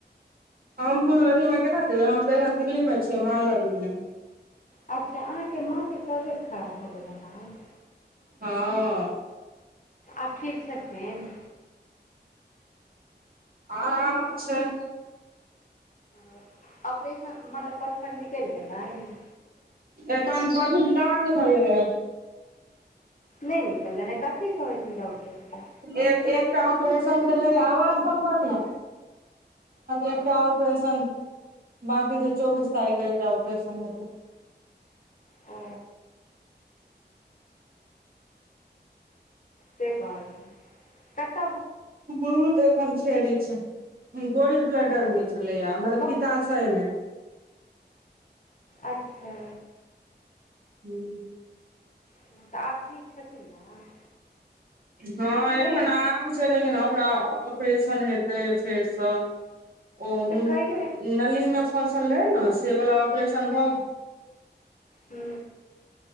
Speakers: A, on the right; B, on the left.
A: हम फुललोरहीमे केना जेबै हम तऽ एखन दिल्लीमे छियै माँ लगमे।
B: अच्छा अहाँके माँ के तबियत खराब भ गेला हन?
A: हँ
B: आब ठीक छथिन?
A: आराम छै।
B: ओ ऑपरेशन मतलब पत्थर निकलि गेलनि।
A: एखन पधदड भेलैया।
B: नै निकलेन कथि कहै छैन डाक्टर।
A: एक एकटा ऑपरेशन भेलेया आवाज कम न। एकटा ऑपरेशन बाकी जे चौबीस तारीख एकटा ऑपरेशन हेतै।
B: ओ के कहलखून कत।
A: बहुत एकखन छैरी छै। गोल्ड ब्लेंडरमे छलैया मतलब
B: बहु
A: पिताशयमे।
B: अच्छा।
A: हू।
B: हँ, तऽ आब ठीक छथिन ने।
A: हँ
B: कहियो
A: एखन आरम छैय लेकिन ओकरा ऑपरेशन हेतै फेर सँ। ओ नलीमे
B: तऽ कहियो
A: फसल रहे न से वला ऑपरेशन भ
B: हू।